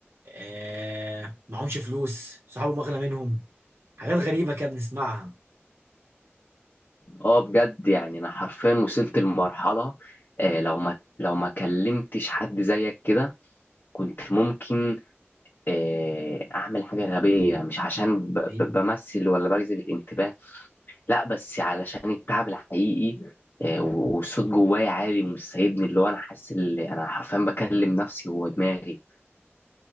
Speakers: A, on the right; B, on the left.
A: آه معهمش فلوس صحابه أغلى منهم حاجات غريبة كده بنسمعها
B: اه بجد يعني انا حرفيا وصلت لمرحله آه، لو ما لو ما كلمتش حد زيك كده كنت ممكن آه، اعمل حاجه غبيه مش عشان ب-
A: حبيبي
B: ب- بمثل ولا بجذب الانتباه لا بس علشان التعب الحقيقي آه، و- والصوت جوايا عالي ومش سايبني اللي هو انا حاسس اللي انا حرفيا بكلم نفسي جوه دماغي